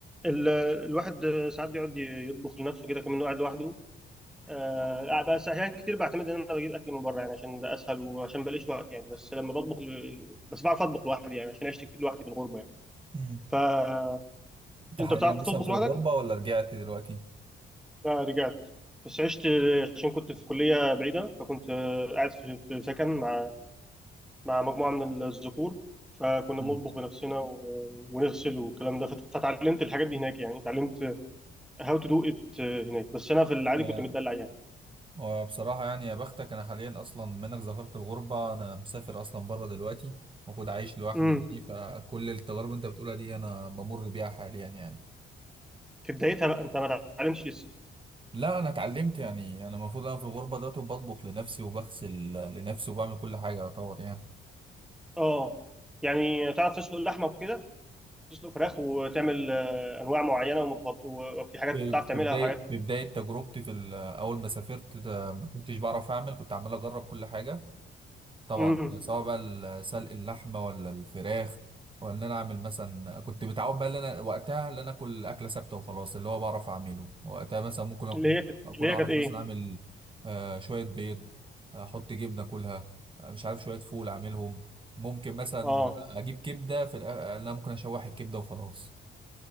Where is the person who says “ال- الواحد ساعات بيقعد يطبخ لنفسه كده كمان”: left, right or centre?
Centre